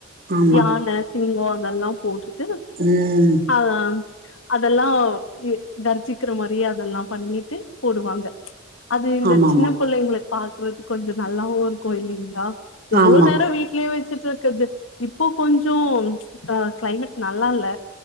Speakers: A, on the right (about 50°); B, on the left (about 70°).
A: ஆமா
B: யான
A: ஆமா
B: சிங்கோ அதெல்லாம் போட்டுட்டு
A: உஹம்
B: ஆ அதெல்லா கர்ஜிக்கிற மாரியே அதெல்லாம் பண்ணிட்டு போடுவாங்க ப்ச் அது இந்த
A: ஆமா
B: சின்ன
A: ஆமா
B: புள்ளைங்களுக்கு பா த்து கொஞ்சோ நல்லாவு இருக்கு இல்லைங்ளா எவ்ளோ
A: ஆமா
B: நேரோ வீ்ட்லயே வெச்சு ட்டு இருக்கிறது இப்போ கொஞ்ச அ கிளைமேட் நல்லா இல்ல